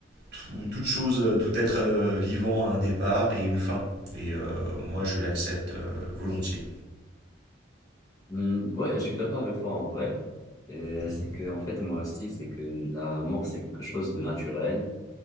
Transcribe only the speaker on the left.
Hmm, ouais, je suis d'accord avec toi en vrai. Euh,
c'est que, en fait, moi aussi, c'est que la mort, c'est quelque chose de naturel.